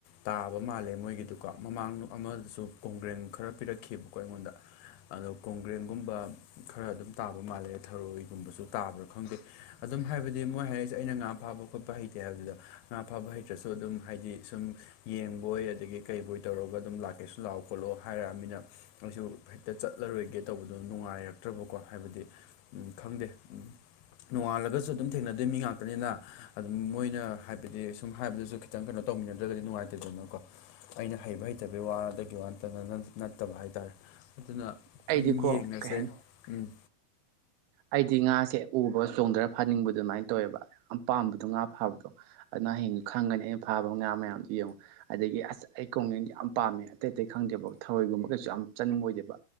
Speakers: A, on the left (about 80°); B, on the right (about 85°).
A: ꯇꯥꯕ ꯃꯥꯜꯂꯦ ꯃꯣꯏꯒꯤꯗꯨꯀꯣ ꯃꯃꯥꯡ ꯑꯃꯗꯁꯨ ꯀꯣꯡꯒ꯭ꯔꯦꯟ ꯈꯔ ꯄꯤꯔꯛꯈꯤꯕꯀꯣ ꯑꯩꯉꯣꯟꯗ ꯑꯗꯣ ꯀꯣꯡꯒ꯭ꯔꯦꯟꯒꯨꯝꯕ ꯈꯔ ꯑꯗꯨꯝ ꯇꯥꯕ ꯃꯥꯜꯂꯦ ꯊꯔꯣꯏ ꯨꯒꯨꯝꯕꯁꯨ ꯇꯥꯕ꯭ꯔꯥ ꯈꯪꯗꯦ ꯑꯗꯨꯝ ꯍꯥꯏꯕꯗꯤ ꯃꯣꯏ ꯍꯥꯏꯔꯛꯏꯁꯦ ꯑꯩꯅ ꯉꯥ ꯐꯥꯕ ꯈꯣꯠꯄ ꯍꯩꯇꯦ ꯍꯥꯏꯕꯗꯨꯗ ꯉꯥ ꯐꯥꯕ ꯍꯩꯇ꯭ꯔꯁꯨ ꯑꯗꯨꯝ ꯍꯥꯏꯗꯤ ꯁꯨꯝ ꯌꯦꯡꯕꯣꯏ ꯑꯗꯒꯤ ꯀꯩꯕꯣꯏ ꯇꯧꯔꯒ ꯑꯗꯨꯝ ꯂꯥꯛꯀꯦꯁꯨ ꯂꯥꯛꯑꯣ ꯈꯣꯠꯂꯣ ꯍꯥꯏꯔꯛꯑꯃꯤꯅ ꯑꯩꯁꯨ ꯍꯦꯛꯇ ꯆꯠꯂꯔꯣꯏꯒꯦ ꯇꯧꯕꯗꯨ ꯅꯨꯡꯉꯥꯏꯔꯛꯇ꯭ꯔꯕꯀꯣ ꯍꯥꯏꯕꯗꯤ ꯎꯝ ꯈꯪꯗꯦ ꯎꯝ ꯅꯣꯡꯉꯥꯜꯂꯒꯁꯨ ꯑꯗꯨꯝ ꯊꯦꯡꯅꯗꯣꯏ ꯃꯤ ꯉꯥꯛꯇꯅꯤꯅ ꯑꯗꯨꯝ ꯃꯣꯏꯅ ꯍꯥꯏꯕꯗꯤ ꯁꯨꯝ ꯍꯥꯏꯕꯗꯨꯁꯨ ꯈꯤꯇꯪ ꯀꯩꯅꯣ ꯇꯧꯃꯤꯟꯅꯗ꯭ꯔꯒꯗꯤ ꯅꯨꯡꯉꯥꯏꯇꯦꯗꯅꯀꯣ ꯑꯩꯅ ꯍꯩꯕ ꯍꯩꯇꯕꯒꯤ ꯋꯥꯗꯒꯤ ꯋꯥꯇꯅ ꯅꯠꯇꯕ ꯍꯥꯏꯇꯥꯥꯔꯦ ꯑꯗꯨꯅ
B: ꯑꯩꯗꯤꯀꯣ
A: ꯑꯗꯨꯝ ꯌꯦꯡꯉꯁꯦ
B: ꯀꯩ ꯍꯥꯏꯅꯤ
A: ꯎꯝ
B: ꯑꯩꯗꯤ ꯉꯥꯁꯦ ꯎꯕ ꯆꯣꯡꯗꯔ ꯐꯥꯅꯤꯡꯕ ꯑꯗꯨꯃꯥꯏꯅ ꯇꯧꯋꯦꯕ ꯌꯥꯝ ꯄꯥꯝꯕꯗꯣ ꯉꯥ ꯐꯥꯕꯗꯣ ꯑꯗꯨꯅ ꯍꯌꯦꯡ ꯈꯪꯒꯅꯤ ꯑꯩꯅ ꯐꯥꯕ ꯉꯥ ꯃꯌꯥꯝꯗꯣ ꯌꯦꯡꯉꯨ ꯑꯗꯒꯤ ꯑꯁ ꯑꯩ ꯀꯣꯡꯒ꯭ꯔꯦꯡ ꯌꯥꯝ ꯄꯥꯝꯃꯦ ꯑꯇꯩ ꯑꯇꯩ ꯈꯪꯗꯦꯕ ꯊꯔꯣꯏꯒꯨꯝꯕ ꯀꯩꯁꯨ ꯌꯥꯝ ꯆꯥꯅꯤꯡꯉ ꯑꯣꯏꯗꯦꯕ